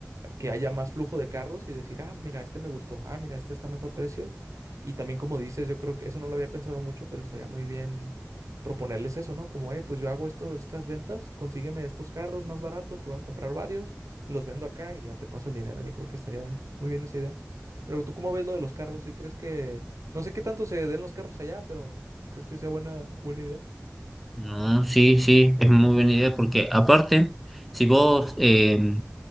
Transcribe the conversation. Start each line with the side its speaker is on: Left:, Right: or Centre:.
Right: que haya más flujo de carros y decir, ah, mira, este me gustó, ah, mira, este está a mejor precio. Y también como dices, yo creo que eso no lo había pensado mucho, pero estaría muy bien proponerles eso, ¿no? Como, eh, pues yo hago esto, estas ventas, consígueme estos carros más baratos, tú vas a comprar varios, los vendo acá y ya te paso el dinero. Yo creo que estaría muy bien esa idea. Pero tú cómo ves lo de los carros, ¿sí crees que... No sé qué tanto se den los carros allá, pero ¿crees que sea buena, buena idea?
Centre: No, sí, sí, es muy buena idea porque aparte, si vos eh,